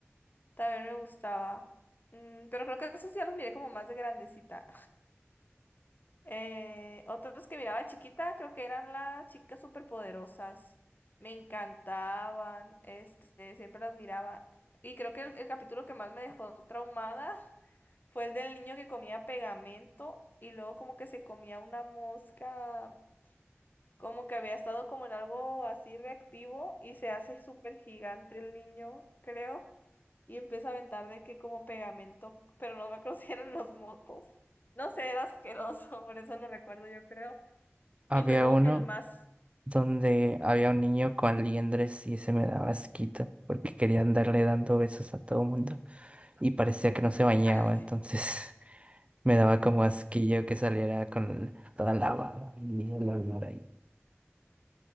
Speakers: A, on the left; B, on the right.
A: también me gustaba. Mm, pero creo que esos ya los miré como más de grandecita. Eh, otros que miraba de chiquita, creo que eran las chicas superpoderosas. Me encantaban, este, siempre las miraba. Y creo que el, el capítulo que más me dejó traumada <laughs> fue el del niño que comía pegamento y luego como que se comía una mosca, como que había estado como en algo así reactivo y se hace súper gigante el niño, creo, y empieza a aventar de que como pegamento, pero no me acuerdo <laughs> si eran los mocos. No sé, era asqueroso, <laughs> por eso lo recuerdo yo creo.
B: Había
A: Y fue como
B: uno.
A: que el más...
B: donde había un niño con liendres y ese me daba asquito porque quería andarle dando besos a todo mundo y parecía que no se bañaba,
A: Ah, sí.
B: entonces <laughs> me daba como asquillo que saliera con toda la baba y el olor ahí.